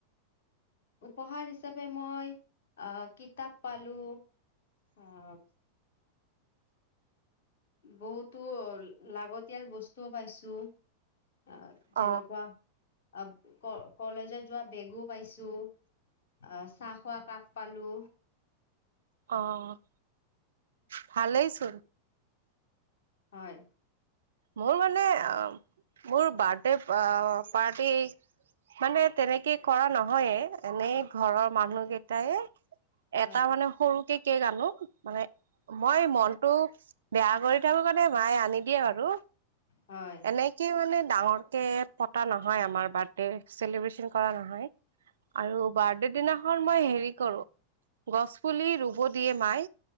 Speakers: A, on the left; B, on the right.
A: উপহাৰ হিচাপে মই আ কিতাপ পালো, আহ বহুতো লাগতিয়াল বস্তুও পাইছো। আ
B: অ
A: যেনেকুৱা আব ক-কলেজত যোৱা বেগো পাইছো। আ চাহ খোৱা কাপ পালো।
B: অ', ভালেই চোন।
A: হয়।
B: মোৰ মানে আ মোৰ বাৰ্থডে আ পাৰ্টি মানে তেনেকে কৰা নহয়ে, এনেই ঘৰৰ মানুহ কেইটায়ে
A: হয়
B: এটা মানে সৰুকে কেক আনো। মানে মই মনতটো বেয়া কৰি থাকো কাৰণে মায়ে আনি দিয়ে আৰু
A: হয়
B: এনেকে মানে ডাঙৰকে পতা নহয়, আমাৰ বাৰ্থডে চেলিব্ৰেচন কৰা নহয়। আৰু বাৰ্থডে দিনাখন মই হেৰি কৰো, গছ পুলি ৰুব দিয়ে মাই।